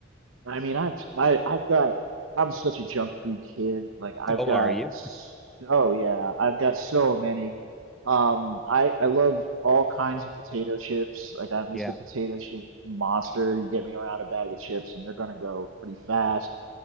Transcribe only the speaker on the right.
I mean, I've I, I've got I'm such a junk food kid. Like I've
got
s- oh yeah, I've got so many. Um, I I love all kinds of potato chips. Like I'm just
a potato chip monster. You get me around a bag of chips and they're gonna go pretty fast.